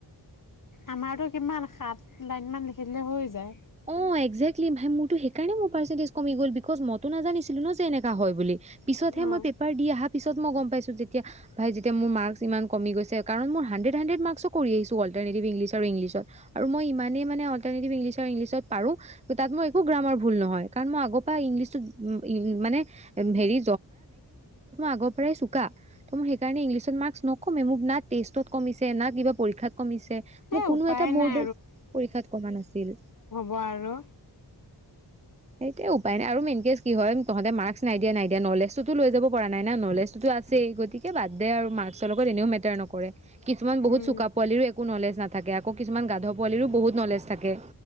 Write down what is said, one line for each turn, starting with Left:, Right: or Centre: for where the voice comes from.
Left: আমাৰতো কিমান সাত লাইন মান লিখি দিলে হৈ যায়
Right: অ একজেকলি ভাই, মোৰটো সেইকাৰণে মোৰ পাৰ্চেন্টেজ কমি গ'ল বিকজ মইতো নাজানিছিলো ন যে এনেকুৱাও হয় বুলি পিছতহে
Left: উম
Right: মই পেপাৰ দি আঁহা পিছত মই গম পাইছো, যেতিয়া ভাই যেতিয়া মোৰ মাৰ্ক্স ইমান কম গৈছে কাৰন মোৰ হান্দ্ৰেড হান্দ্ৰেড মাৰ্ক্সো কৰি আহিছো অলটাৰনেটিভ ইংলিছ আৰু ইংলিছত। আৰু মই ইমানেই মানে অল্টাৰ্নেটিভ ইংলিছ ইংলিছত পাৰো, তাত মই একো গ্ৰামাৰ ভুল নহয়, উম উম মানে হেৰি আগৰ পৰা চোকা ত সেইকাৰণেই মাৰ্ক্স ন কমে মোক না টেষ্টত কমিছে না কিবা পৰীক্ষাত কমিছে, মোক
Left: এ
Right: কোনো
Left: উপায়
Right: এটা বৰ্ড
Left: নাই
Right: পৰীক্ষাত কমা নাছিল।
Left: বাৰু
Right: সেইটোয়ে উপায় নাই আৰু মেইন কেচ কি হয় তহঁতে মাৰ্ক্স নাই দিয়া নাই দিয়া নলেজ টোতো লৈ যাব পৰা নাই না নলেজ তোতো আছেই গতিকে বাদ দে আৰু মাৰ্ক্সৰ লগত এনেও মেটাৰ নকৰে। কিছুমান বহুত
Left: উম
Right: চুকা পোৱালীৰ একো নলেজ নাথাকে আকৌ কিছুমান গাধ পোৱালিৰো বহুত নলেজ থাকে